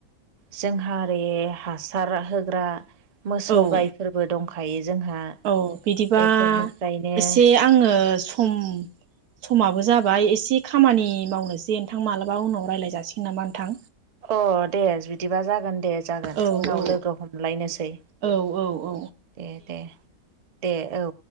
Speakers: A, on the right; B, on the right.
A: जोंहा बे हासार होग्रा मोसौ
B: औ
A: गायफोरबो दंखायो जोंहा
B: औ बिदिबा
A: बेफोरनिफ्रायनो
B: एसे आङो सम समाबो जाबाय एसे खामानि मावनोसै नोंथां मालाबा उनाव रायलाय जासिगोन नामा नोंथां?
A: अ दे बिदिबा जागोन दे जागोन
B: औ
A: उनाव
B: औ
A: लोगो हमलायनोसै
B: औ औ औ
A: ए दे। दे औ।